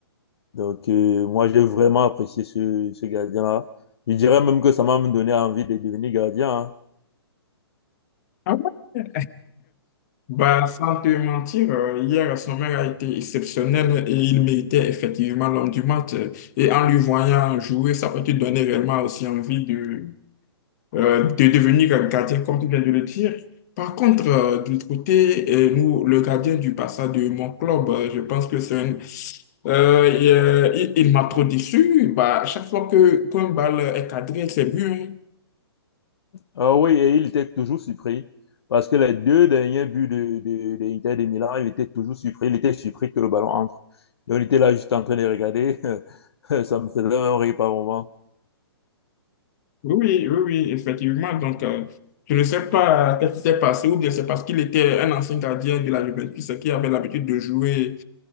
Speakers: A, on the left (about 70°); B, on the left (about 40°).
A: Donc, euh, moi, j'ai vraiment apprécié ce, ce gardien-là. Je dirais même que ça m'a même donné envie de devenir gardien. hein.
B: Ah ouais? Bah, sans te mentir, euh, hier, Sommer a été exceptionnel et il méritait effectivement l'homme du match. Et en lui voyant jouer, ça peut te donner réellement aussi envie de, euh, de devenir gardien, comme tu viens de le dire. Par contre, euh, de l'autre côté, euh, nous, le gardien du Barça de mon club, euh, je pense que c'est un- euh, il, euh, il- il m'a trop déçu. Bah, chaque fois que qu'un balle est cadré, c'est but. hein.
A: Ah oui, et il était toujours surpris. Parce que les deux derniers buts de, de, de l'Inter de Milan, il était toujours surpris. Il était surpris que le ballon entre. Donc, il était là juste en train de regarder. <laughs> Ça me faisait un rire par moment.
B: Oui, oui, oui, oui, effectivement. Donc, euh, je ne sais pas qu'est-ce qui s'est passé, ou bien c'est parce qu'il était un ancien gardien de la Juventus qui avait l'habitude de jouer